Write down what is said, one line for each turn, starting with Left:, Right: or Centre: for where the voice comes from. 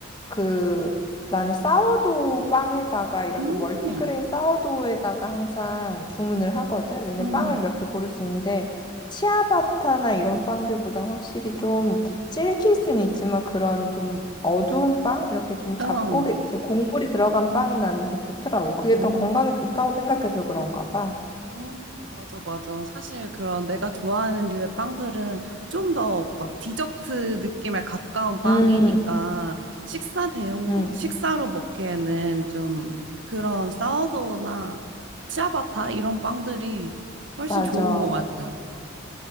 Left: 그 나는 사워도우 빵에다가 이렇게
Right: 음,
Left: 멀티그레인 사워도우에다가 항상 주문을 하거든. 왜냐면
Right: 음,
Left: 빵을 몇 개 고를 수 있는데 치아바타나 이런 빵들보단 확실히 좀 질길 수는 있지만 그런 좀 어두운 빵 이렇게 좀 잡고
Right: 어,
Left: 에 이렇게 곡물이 들어간 빵이 나는 더 좋더라고. 그게
Right: 어,
Left: 더 건강에 좋다고 생각해서 그런가 봐.
Right: 음, 맞아, 맞아. 사실 그런 내가 좋아하는 류의 빵들은 좀 더 막 디저트 느낌에 가까운 빵이니까
Left: 음,
Right: 식사 대용,
Left: 음,
Right: 식사로 먹기에는 좀 그런 사워도우나 치아바타 이런 빵들이 훨씬
Left: 맞아.
Right: 좋은 것 같아.